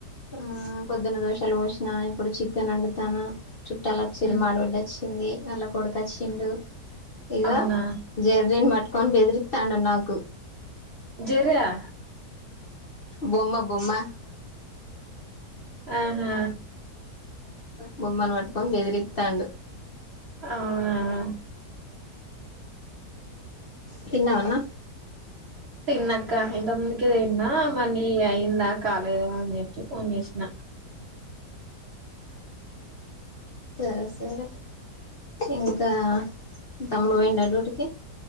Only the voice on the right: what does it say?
ఉమ్
అవునా
జర
ఆహా
అవునావు
నాక్క ఇంతమందికి ఏదంద మనీ అయిిందా కాలేదా అని చెప్పి ఫోన్ చేసిన